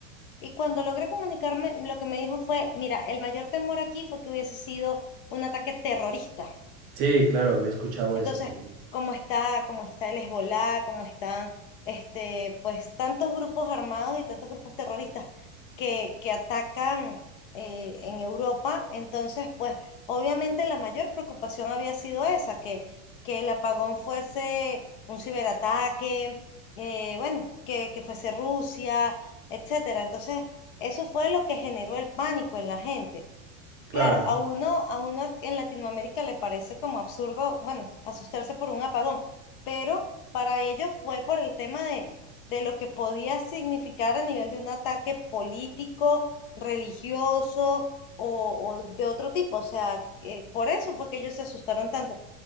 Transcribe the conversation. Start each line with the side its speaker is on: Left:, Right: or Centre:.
Left: Y cuando logré comunicarme, lo que me dijo fue, mira, el mayor temor aquí fue que hubiese sido un ataque terrorista.
Right: Sí, claro, he escuchado
Left: Entonces,
Right: eso también.
Left: como está, como está el Hezbolá, como están este, pues tantos grupos armados y tantos grupos terroristas que, que atacan eh, en Europa, entonces, pues obviamente la mayor preocupación había sido esa, que, que el apagón fuese un ciberataque, eh, bueno, que, que fuese Rusia, etcétera. Entonces, eso fue lo que generó el pánico en la gente.
Right: Claro,
Left: Claro, a uno, a uno en Latinoamérica le parece como absurdo, bueno, asustarse por un apagón, pero para ellos fue por el tema de, de lo que podía significar a nivel de un ataque político, religioso o, o de otro tipo. O sea, eh, por eso fue que ellos se asustaron tanto.